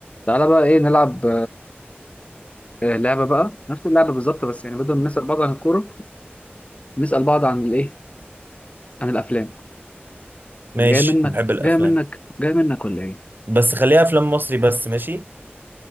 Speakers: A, on the left (about 35°); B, on the right (about 55°).
A: تعالى بقى ايه نلعب آه، لعبه بقى نفس اللعبه بالظبط بس يعني بدل ما نسال بعض عن الكوره نسال بعض عن الايه عن الافلام جاي
B: ماشي
A: منك
B: بحب الافلام
A: جاي منك جاي منك ولا ايه
B: بس خليها افلام مصري بس ماشي